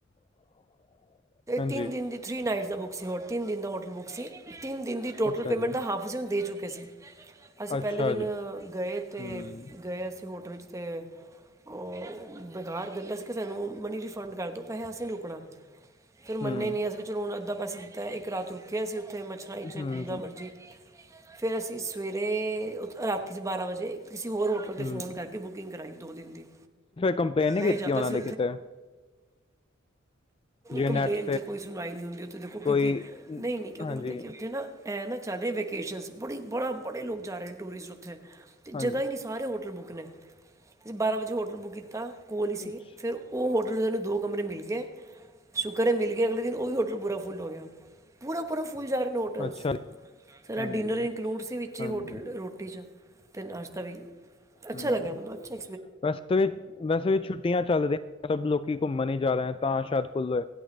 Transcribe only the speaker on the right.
ਤਿੰਨ ਦਿਨ ਦੀ ਥ੍ਰੀ ਨਾਇਟ ਬੁੱਕ ਸੀ ਤਿੰਨ ਦਿਨ ਦਾ ਹੋਟਲ ਬੁੱਕ ਸੀ। ਤਿੰਨ ਦਿਨ ਦੀ ਟੋਟਲ
ਪੇਮੈਂਟ
ਦਾ ਹਾਫ ਅਸੀਂ ਊਣੂ ਦੇ ਚੁੱਕੇ ਸੀ। ਅਸੀਂ
ਪਹਿਹਿਲੇ ਦਿਨ
ਗਏ ਤੇ
ਗਏ ਅਸੀਂ ਹੋਟਲ ਵਿੱਚ ਤੇ ਉਹ ਬੇਕਾਰ ਦਹਿੰਦਾ ਸੀ ਕਿ ਸਾਨੂੰ ਮਨੀ ਰਿਫੰਡ ਕਰ ਦਿਉ ਪੈਸੇ ਅਸੀਂ ਨਹੀਂ ਰੁਕਣਾ ਫਿਰ ਮੰਨੇ
ਹੀ ਨਹੀਂ ਅਂ ਕਿ ਚਲੋ ਹੁਣ ਅੱਧਾ ਪਸਾ ਦਿੱਤਾ ਇੱਕ ਰਾਤ ਰੁੱਕੇ ਅਸੀਂ ਉੱਥੇ ਮੱਛਰਈ ਚ
ਜਿੱਾਂ
ਮਰਜ਼ੀ ਫੇਿਰ ਅਸੀਂ ਸਵੇਰੇ ਰਾਤੀ ਚ ਬਾਰਾਂ ਵਜੇ ਕਿਸੇ ਹੋਰ ਹੋਟਲ 'ਤੇ
ਫੋਨ
ਕਰਕੇ ਬੁਕਿੰਗ ਕਰਵਾਾਈ ਦੋ ਦਿਨ ਦੀ
ਪੈਸੇ
ਜ਼ਿਆਦਾ
ਸੀ
ਕੰਪਲੇਂਨ
ਤੇ ਕੋਈ ਸੁਣਵਾਈ ਨਈਂ ਹੁੰਦੀ ਉੱਥੇ ਦੇਖੋ ਕਿਉਂਕਿ
ਨਈਂ ਕਿਉਂਕਿ
ਪਤਾ ਕਿ ਉੱਥੇ ਨਾ ਐ ਨਾਂ ਚੱਲ ਰਹੇ ਵੈਕੇਸ਼ਨ ਬੜੀ ਬੜਾ ਬੜੇ ਲੋਕ ਜਾ ਰਹੇ ਨੇ ਟੂਰਿਿਸਟ ਉੱਥੇ। ਅਤੇ ਜਗਾ
ਈ ਨ੍ਹੀਂ ਸਾਰੇ ਹੋਟਲ ਬੁੱਕ ਨੇਂ ਅਸੀਂ ਬਾਰਾਂ ਵਜੇ ਹੋਟਲ ਬੁੱਕ ਕੀਤਾ। ਕੋਲ ਸੀ
ਫਿਰ ਉਹ ਹੋ ਸਾਨੂੰ ਦੋ ਕਮਰੇ ਮਿਲ ਕੇ ਸ਼ੁਕਰ ਐ ਮਿਲ ਗੇ ਅਗਲੇ ਦਿਨ ਉਹ ਵੀ ਹੋਟਲ ਬੂਰਾ ਫੁੱਲ ਹੋ ਗਿਆ। ਪੂਰਾ-ਪੂਰਾ ਫੂਲ ਜਾ ਰਿ ਨੂਡਲਸ
ਸਾਡਾ
ਡਿਨਰ ਇਨਕਲੂਡ ਸੀ ਵਿੱਚ ਹੀ
ਹੋਟਲ ਰੋਟੀ ਚ। ਤੇ ਨਾਸ਼ਤਾ ਵੀ ਅੱਛਾ
ਲੱਗਿਆ ਮਨੂੰੱਛਾ